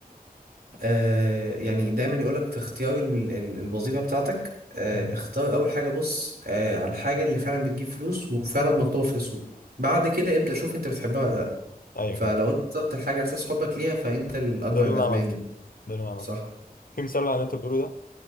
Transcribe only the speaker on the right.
آه يعني دايما يقولك في اختيار ال- ال- الوظيفة بتاعتك آه
اختار اول حاجة بص آه على الحاجة اللي فعلا بتجيب فلوس وفعلا مطلوبة في السوق بعد كده ابدأ شوف انت بتحبها ولا لا
فلو
انت اخترت الحاجة على اساس حبك ليها فانت الاكبر
ندمان
صح